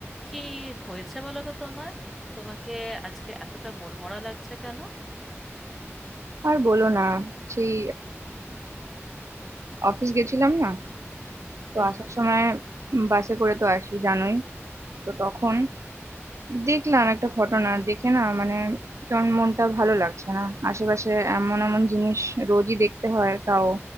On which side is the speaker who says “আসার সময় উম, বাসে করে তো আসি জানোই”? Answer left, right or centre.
Right